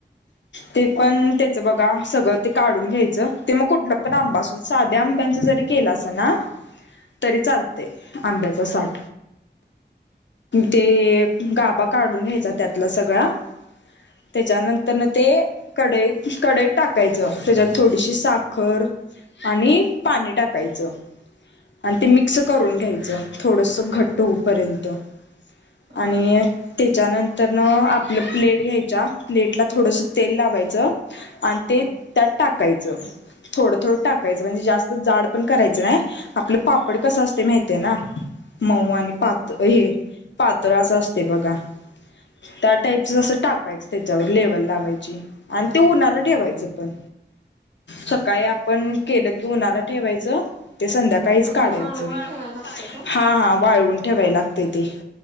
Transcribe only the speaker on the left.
ते पण, बघा सगळं ते काढून घ्यायचं, ते मग कुठलं पण आंबा असध साध्या आंब्यांच जरी केलं असं ना तरी चालतय आंब्याचा साठ, ते गाबा काढून घ्यायचा, त्यातला सगळा. त्याच्यानंतर ते काढई, कडईत टाकायचं त्याच्यात थोडीशी साखर आणि पाणी टाकायचं आणि, ते मिक्स करून घ्यायचं. थोडस घट्ट होऊ पर्यंत आणि
ते, त्याच्यानंतरन आपलं प्लेट घ्यायच्या प्लेटला थोडस तेल लावायचं. आणि ते
त्यात टाकायचं, थोडं थोडं टाकायचं म्हणजे जास्त जाड पण करायचं नाही. आपलं पापड कसं असते माहतीय ना! मऊ आणि पात हे पातळ असं असतय बघा. त्या टाईपच असं टाकायच त्याच्यावर लेवल लावायची आणि ते उन्हाला ठेवायचं पण सकाळी आपण केलं की उन्हाला ठेवायचं. ते संध्याकाळीच
काढायचं
हा हा वाळवून ठेवाय लागतय, ते